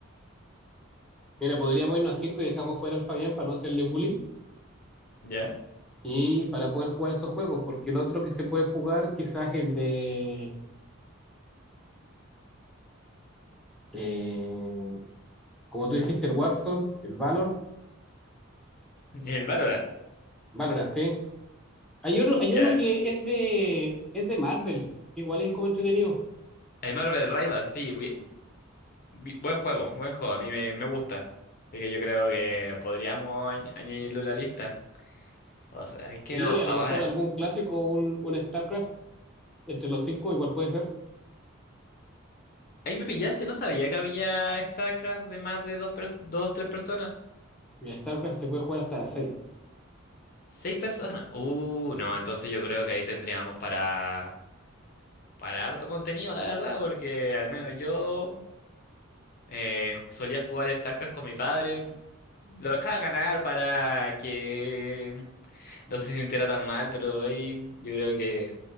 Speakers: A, in the centre; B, on the left.
A: Mira, podríamos irnos a 5 y dejamos fuera al Fabián para no hacerle bullying
B: ¿ya?
A: y para poder jugar esos juegos, porque el otro que se puede jugar quizás el de, eh, como tú dijiste, el Warzone, el Valor,
B: <laughs> Y el Valorant,
A: Valorant, ¿sí? Hay uno, hay
B: ¿ya?
A: uno que es de, es de Marvel, que igual es como entretenido.
B: El Marvel Rivals, sí, bu- bu- buen juego, buen juego, a mí me, me gusta. Así que yo creo que podríamos añ- añadirlo a la lista. O sea, es que
A: Y
B: a-
A: a
B: ahora,
A: lo mejor algún clásico, un, un StarCraft, entre los cinco igual puede ser.
B: Ahí me pillaste, no sabía que había StarCraft de más de dos, pers- dos, tres personas.
A: En StarCraft se puede jugar hasta seis
B: Seis personas. Uh, no, entonces yo creo que ahí tendríamos para, para harto contenido, la verdad, porque al menos yo eh, solía jugar StarCraft con mi padre. Lo dejaba ganar para que no se sintiera tan mal, pero ahí yo creo que